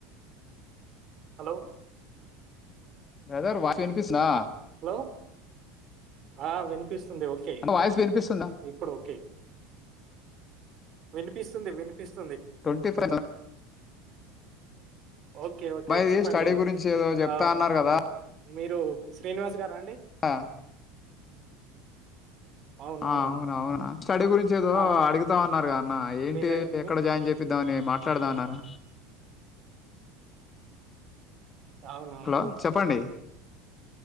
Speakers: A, on the right; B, on the left.
A: hello
B: brother voice వినిపిస్తుందా
A: హలో ఆ విని పిస్తుంది ఓకే
B: అంటే వాయిస్ వినిపిస్తుందా
A: ఇప్పుడు ఓకే వినిపిస్తుంది వినిపిస్తు
B: ట్వంటీ <inaudible>
A: ఓకే ఓకే
B: అబ్బాయిది
A: చెప్పండి
B: స్టడీ గురించి ఏదో
A: ఎ
B: చెప్తా
A: ఆ
B: అన్నారు కదా
A: మీరు శ్రీనివాస్ గారా అండి
B: ఆ
A: అవునవును
B: ఆ అవునా అవునా స్టడీ గురించి ఏదో
A: ఆ,
B: అడుగుతా అన్నారు కద అన్న ఏంటి
A: మీ దగ్గర
B: ఎక్కడ
A: మీ-
B: జాయిన్ చెపి ద్దామని మాట్లాడదాం అన్నారు
A: అవునవును
B: హలో చెప్పండి